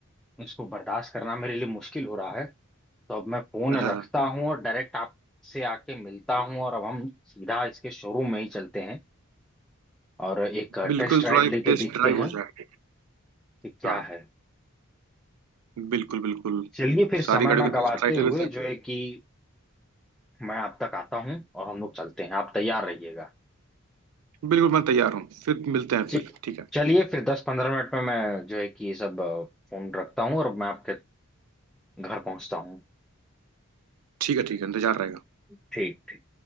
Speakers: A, in the centre; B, on the right.
A: इसको बर्दाश्त करना मेरे लिए मुश्किल हो रहा है तो अब मैं फोन
B: हाँ
A: रखता हूँ और डायरेक्ट आपसे आके मिलता हूँ और अब हम सीधा इसके शोरूम में ही चलते हैं और एक
B: बिल्कुल
A: टेस्ट राइड
B: थोड़ा
A: लेके
B: एक टेस्ट
A: देखते
B: ड्राइव
A: हैं
B: हो जाए
A: कि क्या
B: हाँ
A: है
B: बिल्कुल बिल्कुल
A: चलिए फिर
B: सारी
A: समय
B: गाड़ियों
A: ना
B: का
A: गवाते
B: टेस्ट ड्राइव
A: हुए
B: ले लेते
A: जो है कि मैं आप तक आता हूँ और हम लोग चलते हैं आप तैयार रहिएगा
B: हैं बिल्कुल मैं तैयार हूँ फिर मिलते हैं
A: जी
B: फिर ठीक है
A: चलिए फिर दस पंद्रह मिनट में मैं जो है कि ये सब अ, फोन रखता हूँ और मैं आपके घर पहुंचता हूँ
B: ठीक है ठीक है इंतजार रहेगा
A: ठीक ठीक